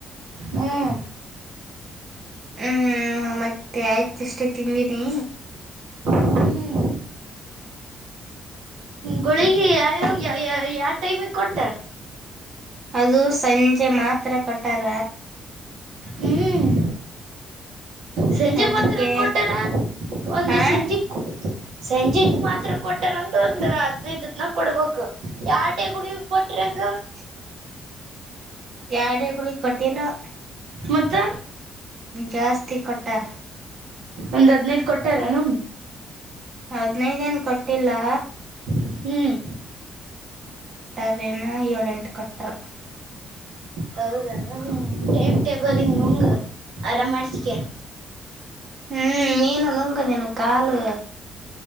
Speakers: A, on the right (about 85°); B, on the right (about 40°).
A: ಹ್ಮ್
B: ಹ್ಮ್ ಮತ್ತೆ ಆಯ್ತ ಅಷ್ಟೇ ತಿಂದೀನಿ.
A: ಹ್ಮ್ ಗೋಳಿಗೆ ಯಾವ್ಯಾವ <unintelligible> ಯಾವ ಟೈಮಿಗೆ ಕೊಟ್ಟ.
B: ಅದು ಸಂಜೆ ಮಾತ್ರ ಕೊಟ್ಟಾರ.
A: ಹ್ಮ್ ಸಂಜೆ
B: ಅದಕ್ಕೆ
A: ಮಾತ್ರ ಕೊಟ್ಟಾರ ಒಂದು
B: ಹಾ
A: ಸಂಜಿಕ್ಕೂ <unintelligible> ಸಂಜೆಗ್ ಮಾತ್ರ ಕೊಟಾರಂತ ಒಂದ್ ಹದ್ನೈದು <unintelligible> ಕೊಡ್ಬೇಕು ಯಾ <unintelligible> ಟೇ ಗುಡಗ್ ಕೊಟ್ರ ಗ <unintelligible>
B: <unintelligible>
A: ಮತ್ತ
B: ಜಾಸ್ತಿ ಕೊಟ್ಟಾರ
A: ಒಂದ್ ಹದ್ನೈದ ಕೊಟ್ಟಾರನು.
B: ಹದ್ನೈದ ಏನ್ ಕೊಟ್ಟಿಲ್ಲ.
A: ಹ್ಮ್.
B: ಏನು ಏಳೆಂಟ್ ಕೊಟ್ರು.
A: ಹೌದ ಟೈಮ್ ಟೇಬಲಗಿ ನುಂಗ ಆರಾಮ್ ಮಾಡ್ಸಿಕ.
B: ಹ್ಮ್ ನೀನು ನುಂಗ. ನಿನ ಕಾಲು,